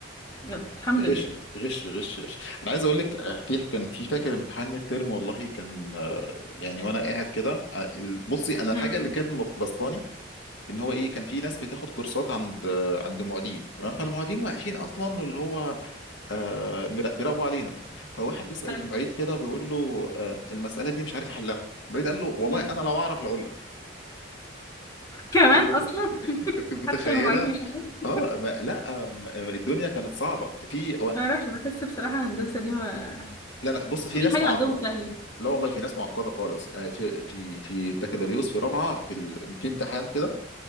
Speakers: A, on the left (about 20°); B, on the left (about 70°).
A: يلا الحمد
B: غش
A: لله
B: غش غش غش انا عايز اقول لك آه، في كان في فاكر امتحان ميد ترم والله كان آه، يعني وانا قاعد كده آه، ال- بصي انا الحاجه
A: امم
B: اللي كانت مبسطاني ان هو ايه كان في ناس بتاخد كورسات عند عند معيدين تمام فالمعيدين واقفين اصلا اللي هو آه مر- بيراقبوا علينا فواحد بيسأل
A: حلو
B: المعيد كده بيقول له آه المسألة دي مش عارف حلها المعيد قال له والله
A: مم.
B: انا لو اعرف لاقول لك
A: كمان
B: انت مت-
A: اصلا <laughs>
B: أنت متخيله
A: حتى المعيد مش عارف
B: اه ما لا آم، الدنيا كانت صعبه في و-
A: ما اعرفش بحس بصراحة هندسة دي ما
B: لا لا بص في
A: كل
B: ناس
A: حاجة
B: معقده
A: عندهم سهلة
B: لا والله في ناس معقده خالص يعني في في في بكالوريوس في رابعه في ال... في امتحان كده